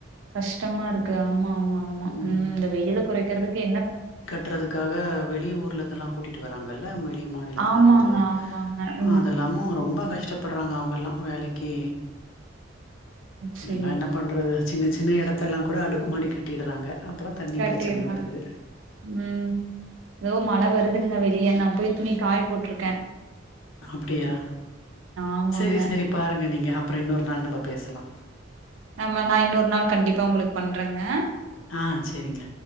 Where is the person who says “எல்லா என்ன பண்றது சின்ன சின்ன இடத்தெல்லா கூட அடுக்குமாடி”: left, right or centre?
Left